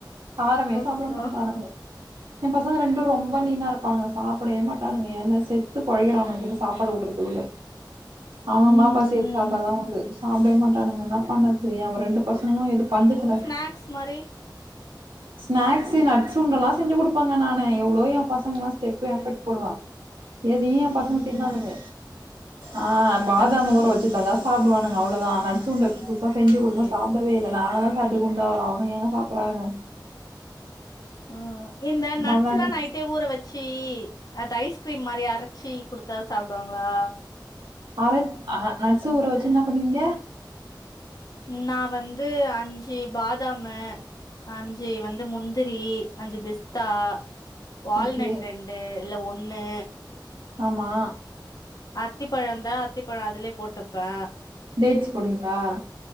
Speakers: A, on the right (about 90°); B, on the left (about 55°).
A: காரமே
B: ஓகே
A: சாப்புட மாட்றானுங்க
B: ஓஹோ
A: எம் பசங்க ரெண்டு ரொம்ப லீனா இருப்பாங்கா சா ப்புடவே மாட்டாணுங்க என்ன செத்து பொழைக்கறானுஙாக இப்ப சாப்பாடு ஊட்டுறதுக்குள்ள அவுங்கவுங்களா
B: ம்
A: பசி
B: ம்
A: எடுத்து சாப்டாதா உண்டு சாப்புடவே மாட்டானுங்க என்னாப் பண்ணது எ அவ ரெண்டு பசங்களு எதோ பஞ்சாயத்து வேல
B: மேக்ஸ் மாரி
A: ஸ்நேக்ஸ்ஸு நட்ஸ் உருன்டெல்லா செஞ்சு குடுப்பங்க நானு எவ்ளோ எ பசங்க எல்லா ஸ்டெப்பே
B: ஓகே
A: ஏப்பட் போடுவா எதியு
B: ம்
A: ஏ பசங்க தின்னாதுங்க ஆ அம் பாதாம்
B: ம் ம்
A: ஊர வெச்சு தந்தா சாப்புடுவானுங்க அவ்ளோதா ஆனா அச்சுருண்ட புதுசா செஞ்சு குடுந்தா
B: ஓகே
A: சாப்புடவே இல்ல நாங்க தா சாப்டு குண்டாவுரோ அவுனுங்க எங்க சாப்புறானுங்க
B: ம் இந்த நட்ஸ்ல்லா
A: மல்லாண்டு
B: நைட்டே ஊற வெச் ச்சீ அத ஐஸ்கிரீம் மாரி அரச்சி குடுத்தா சாப்புடுவாங்களா
A: அர நட்சு ஊற வெச்சு என்ன பண்ணுவீங்க
B: நா வந்து அஞ்சு பாதாமு அஞ்சு வந்து முந்திரி அஞ்சு பிஸ்தா வால்நட்
A: ஓகே
B: ரெண்டு இல்ல ஒன்னு
A: ஆமா
B: அத்திப்பழோ இருந்தா அத்திப்பழோ அதுலயே போட்டுப்ப
A: டேட்ஸ் போடுவீங்களா